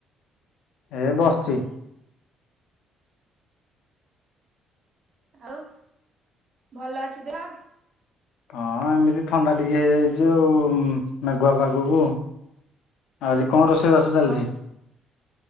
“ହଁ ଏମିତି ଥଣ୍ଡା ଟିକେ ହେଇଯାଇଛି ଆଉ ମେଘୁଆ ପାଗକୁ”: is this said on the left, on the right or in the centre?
Left